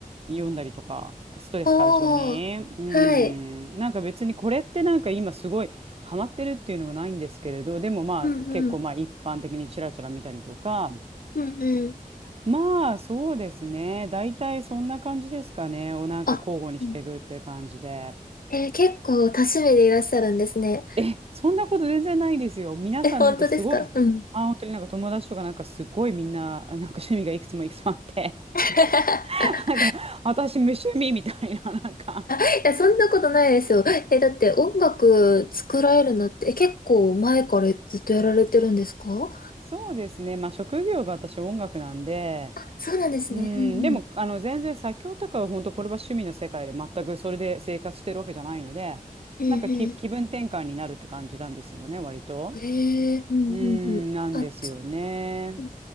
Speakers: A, on the right (about 40°); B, on the left (about 75°).
A: 読んだりとか、ストレス解消に。
B: おー、
A: うん、
B: はい。
A: なんか別にこれってなんか今すごいハマってるっていうのがないんですけれど、でもまあ結構まあ一般的にちらちら見たりとか、
B: うんうん。うんうん。
A: まあそうですね、大体そんな感じですかね、をなんか交互にしていくって感じで。
B: あ、うんえー、結構多趣味でいらっしゃるんですね。
A: え、そんなこと全然ないですよ。皆さんなんかすごい、
B: え、本当ですかうん。
A: あ、本当になんか友達とかなんかすごいみんな、なんか趣味がいくつもいくつもあって、
B: <laughs>
A: <laughs> なんか私無趣味みたいな、なんか。
B: いや、そんなことないですよ。え、だって音楽作られるのって、え、結構前からずっとやられてるんですか
A: そうですね。まあ職業が私音楽なんで、
B: あ、そうなんですね。
A: うん、
B: うんうん。
A: でもあの全然作曲とかは本当これは趣味の世界で全くそれで生活してるわけじゃないので、
B: うん
A: なんかき気分転換になるって感じなんですよね、割と。
B: うん。へえ、うんうんうん。
A: うん、なんですよね。
B: あ、つうん